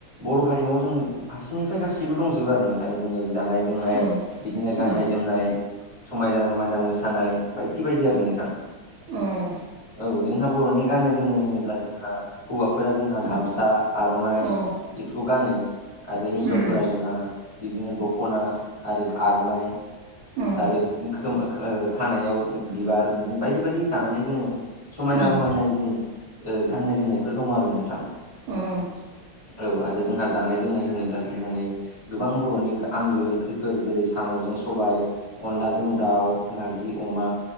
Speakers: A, on the right (about 15°); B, on the right (about 85°).
A: बर' हारिमुआव जों फारसेनिफ्राय गासिबो दंजोबो आरो नों जोङो जानाय लोंनाय
B: औ
A: बिदिनो गाननाय
B: औ
A: जोमनाय समायना रमायना मोसानाय बायदि बायदि आरो नोंथां।
B: औ
A: औ जोंहा बर'नि गाननाय जोमनाय होनोब्ला जोंहा हौवाफोरा जोंहा
B: औ
A: गामसा आर'नाइ
B: औ औ
A: बेफोरखौ गानो आरो हिनजावफोरा
B: उम
A: जोंहा बिदिनो दख'ना आरो आर'नाइ
B: उम
A: आरो खोम ओ खानायाव बिबार बिदि बायदि बायदि दानानै जोङो समायना
B: औ
A: रमायनायै जों गाननाय जोमनायफोर दङ आरो नोंथां।
B: औ औ
A: औ आरो जोंहा जानाय लोंनाय होनोब्ला जोंहा नै गोबां बर'नि आंगो ओंख्रिफोर जेरै साम'जों सबाय अनलाजों दाउ नारजि अमा